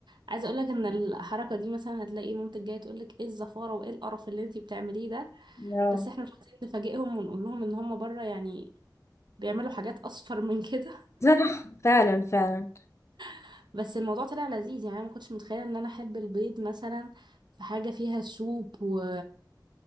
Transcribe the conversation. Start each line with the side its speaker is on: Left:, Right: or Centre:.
Right: عايزة أقولك إن الحركة دي مثلا هتلاقي مامتك جاية تقولك إيه الزفارة وإيه القرف اللي أنتي بتعمليه ده
Left: لا
Right: بس إحنا مش عايزين نفاجئهم ونقول لهم إن هم بره يعني بيعملوا حاجات اصفر من كده
Left: صح فعلا فعلا
Right: <laughs> بس الموضوع طلع لذيذ يعني انا ما كنتش متخيله ان انا احب البيض مثلا في حاجه فيها سوب و...